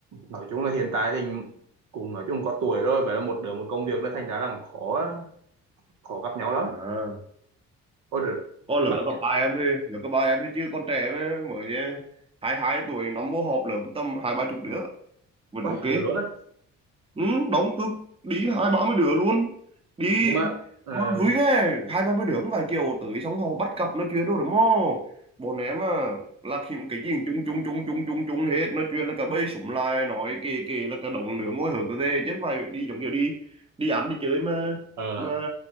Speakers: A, on the right (about 75°); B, on the right (about 20°).
A: nói chung là hiện tại thì cùng nói chung có tuổi rồi vậy là một đứa một công việc đấy thành ra là khó khó gặp nhau lắm
B: à
A: ôi được
B: con
A: bạn
B: lớp cấp ba em thì lớp cấp ba em thì chứ con trẻ mà, mới à, hai hai tuổi nó mô họp lớp tầm hai ba chục đứa vẫn
A: ôi
B: ok
A: được luôn á
B: ừ, đóng cực đi hai ba mươi đứa luôn đi
A: nhưng mà ờ
B: mà vui ghê hai ba mươi đứa không phải kiểu tới xong họ bắt cặp nói chuyện đâu đúng không bọn em à là khi- cái gì cũng chung chung chung chung chung chung hết nói chuyện là cả bầy súng lại nói kì kì là cả đồng đứa ngồi hở cơ thế chứ không phải đi giống kiểu đi đi ăn đi chơi mà
A: ờ
B: mà